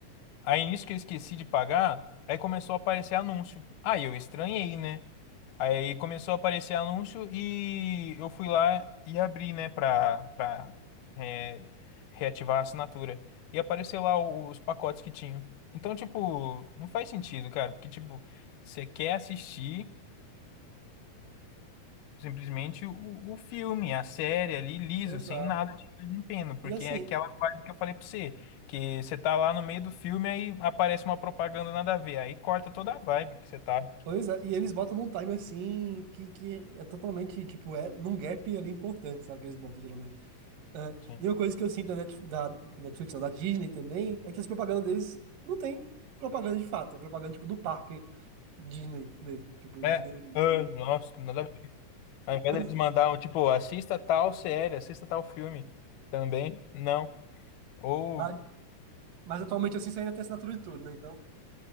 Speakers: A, on the left; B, on the right.
A: Aí nisso que eu esqueci de pagar, aí começou a aparecer anúncio. Aí eu estranhei, né? Aí começou a aparecer anúncio e eu fui lá e abri, né, pra, pra é, reativar a assinatura. E apareceu lá o- os pacotes que tinham. Então, tipo, não faz sentido, cara, porque, tipo, você quer assistir simplesmente o, o filme, a série ali, liso,
B: Exato.
A: sem nada de empeno, porque
B: E assim,
A: é aquela vibe que eu falei pra você, que você tá lá no meio do filme, aí aparece uma propaganda nada a ver, aí corta toda a vibe que você tá.
B: pois é, e eles botam num time assim que, que é totalmente, tipo, é num gap ali importante, sabe? Que eles botam geralmente. Ah,
A: Sim.
B: e uma coisa que eu sinto da, Net, da Netflix, não, da Disney também, é que as propagandas deles não tem propaganda de fato, é propaganda tipo do parque Disney mesmo, tipo
A: É,
B: Disneyland.
A: ah, nossa, nada a ver. Ao invés
B: Pois
A: deles
B: é.
A: mandar, um, tipo, assista tal série, assista tal filme também, não. Ou
B: Mas, mas atualmente assim você ainda tem assinatura de tudo, né? Então,